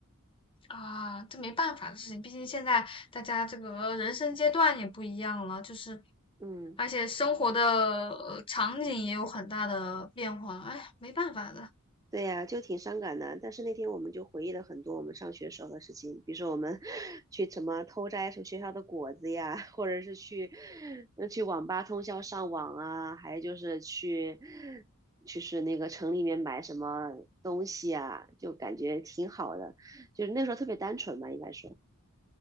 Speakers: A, on the left (about 25°); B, on the right (about 15°).
A: 啊，这没办法的事情，毕竟现在大家这个人生阶段也不一样了，就是
B: 嗯。
A: 而且生活的呃场景也有很大的变化，哎，没办法的。
B: 对呀，就挺伤感的。但是那天我们就回忆了很多我们上学时候的事情，比如说我们 <laughs> 去什么偷摘什么学校的果子呀，<laughs> 或者是去呃去网吧通宵上网啊，还有就是去就是那个城里面买什么东西啊，就感觉挺好的。就是那时候特别单纯吧，应该说